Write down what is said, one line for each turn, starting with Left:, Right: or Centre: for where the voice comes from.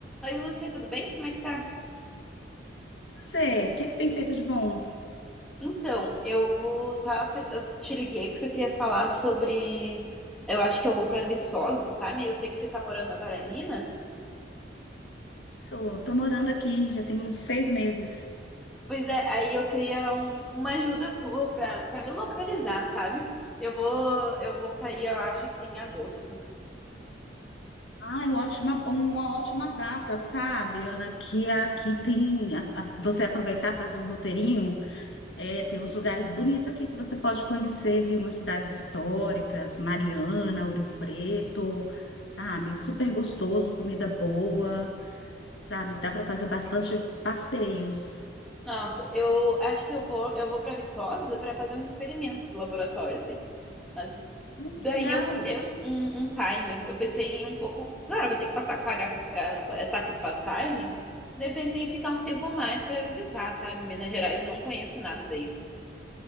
Centre: Oi, Lúcia, tudo bem? Como é que tá?
Left: Você, o que que tem feito de bom?
Centre: Então, eu vou tá, eu te liguei porque eu queria falar sobre. Eu acho que eu vou para Viçosa, sabe? Eu sei que você tá morando agora em Minas.
Left: Sou, tô morando aqui, já tem uns seis meses.
Centre: Pois é, aí eu queria um- uma ajuda tua para para me localizar, sabe? Eu vou eu vou para aí, eu acho que em agosto.
Left: Ai, ótima, uma ótima data, sabe, Ana? Que aqui tem, a- a- você aproveitar, fazer um roteirinho, é, tem uns lugares bonitos aqui que você pode conhecer, viu? Umas cidades históricas, Mariana, Ouro Preto, sabe? Super gostoso, comida boa, sabe? Dá para fazer bastante passeios.
Centre: Nossa, eu acho que eu vou eu vou para Viçosa para fazer uns experimentos do laboratório, assim. Mas
Left: Ai,
Centre: Daí
Left: que legal!
Centre: eu botei um, um, um timer. Eu pensei em um pouco. Claro, vou ter que passar, pagar, ah, tá com passagem. Daí pensei em ficar um tempo mais pra visitar, sabe? Minas Gerais, eu não conheço nada daí.